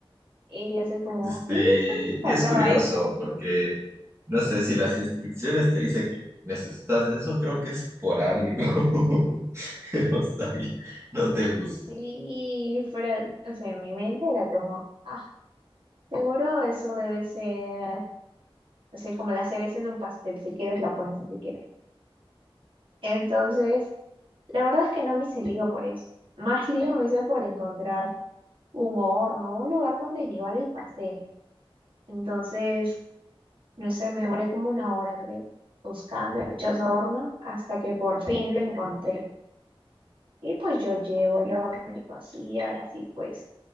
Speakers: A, on the right (about 65°); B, on the right (about 30°).
A: Y yo soy como,
B: Este,
A: sí, solo me faltaba
B: y es curioso
A: eso.
B: porque no sé si las instrucciones te dicen que necesitas eso, creo que es por algo. <laughs> Pero está bien, no te busco.
A: Sí, pero, o sea, en mi mente era como, ah, seguro eso debe ser, o sea como la cereza en un pastel, si quieres la pones, y si quieres. Entonces, la verdad es que no me hice lío por eso. Más lío me hice por encontrar un horno, un lugar donde llevar el pastel. Entonces, no sé, me demoré como una hora, creo, buscando el dichoso horno hasta que por fin lo encontré. Y pues yo llevo el horno y digo, sí, ahora sí, pues